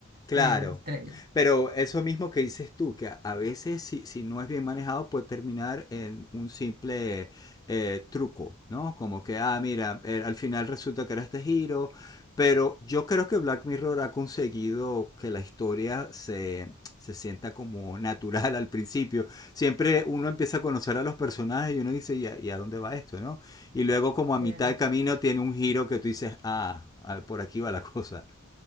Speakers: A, on the left; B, on the right.
A: Claro.
B: Eh, estre-
A: Pero eso mismo que dices tú, que a a veces si, si no es bien manejado puede terminar en un simple eh, truco, ¿no? Como que, ah, mira, eh, al final resulta que era este giro, pero yo creo que Black Mirror ha conseguido que la historia se, se sienta como natural al principio. Siempre uno empieza a conocer a los personajes y uno dice, ¿y a, y a dónde va esto, no? Y luego como a mitad
B: claro.
A: de camino tiene un giro que tú dices, ah, ah, por aquí va la cosa.